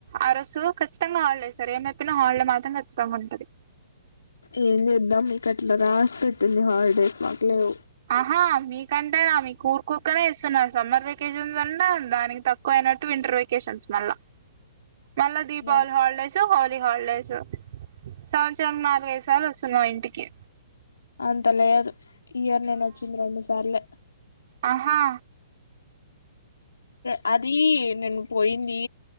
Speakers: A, on the right; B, on the left.
A: ఆ రోజు ఖచ్చితంగా హాలిడే ఇస్తారు. ఏమైపోయినా హాలిడే మాత్రం ఖచ్చితంగా ఉంటది.
B: ఏం చేద్దాం మీకు అట్లా రాసి పెట్టుంది. హాలిడేస్ మాకు లేవు
A: హా మీకంటేనా మీ ఉరు ఊరుకనే ఇస్తున్నారు. సమ్మర్ వెేకేషన్స్ అంట దానికి తక్కువ అయినట్టు వింటర్ వెకేషన్స్ మళ్ళా మల్ల దీపావలీ
B: మరి
A: హాలిడేస్ హో హాలిడేస్ సంవత్సరం నాలుగైదు సార్లు వస్తున్నావు ఇం టికే
B: అంతలేదు ఇయర్ నేను వచ్చింది రెండు సార్లే
A: ఆహా
B: యా అది నేను పోయింది